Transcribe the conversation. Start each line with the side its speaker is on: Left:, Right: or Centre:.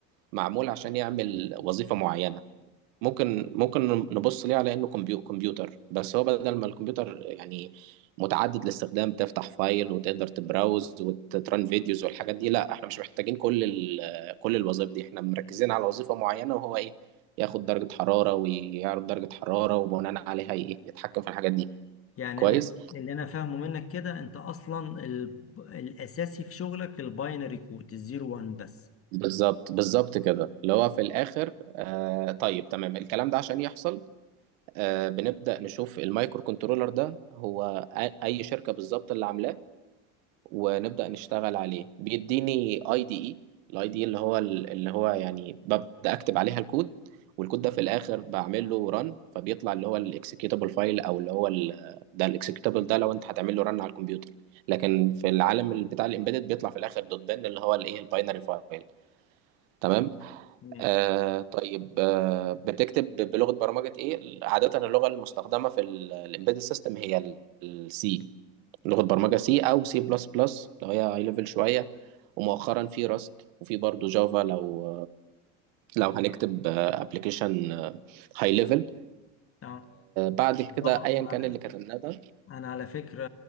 Right: معمول عشان يعمل وظيفة معينة ممكن ممكن نبص ليه على انه كمبيو- كمبيوتر بس هو بدل ما الكمبيوتر يعني متعدد الاستخدام تفتح فايل وتقدر تبراوز وتران فيديوز والحاجات دي لا احنا مش محتاجين كل ال- كل الوظائف دي احنا مركزين على وظيفة معينة وهو ايه ياخد درجة حرارة ويعرض درجة حرارة وبناء عليها ايه يتحكم في الحاجات دي
Left: يعني
Right: كويس
Left: اللي اللي انا فاهمه منك كده انت اصلا ال... الاساسي في شغلك الباينري كود الزيرو وان بس
Right: بالظبط بالظبط كده اللي هو في الاخر آه طيب تمام الكلام ده عشان يحصل آه بنبدا نشوف المايكرو كنترولر ده هو أ- اي شركه بالظبط اللي عاملاه ونبدا نشتغل عليه بيديني اي دي اي الاي دي اللي هو اللي هو يعني ببدا اكتب عليها الكود والكود ده في الاخر بعمل له ران فبيطلع اللي هو الاكسكيوتابل فايل او اللي هو ال- ده الاكسكيوتابل ده لو انت هتعمل له ران على الكمبيوتر لكن في العالم بتاع الامبيدد بيطلع في الاخر دوت بن اللي هو الايه الباينري فايل تمام
Left: تمام
Right: آه طيب آه بتكتب بلغة برمجة ايه؟ عادة اللغة المستخدمة في الامبيدد سيستم هي السي لغة برمجة سي او سي بلس بلس لو هي هاي ليفل شوية ومؤخرا في راست وفي برضه جافا لو لو هنكتب ابلكيشن هاي ليفل
Left: اه
Right: بعد كده
Left: بالظبط
Right: ايا كان اللي كتبناه ده
Left: انا على فكره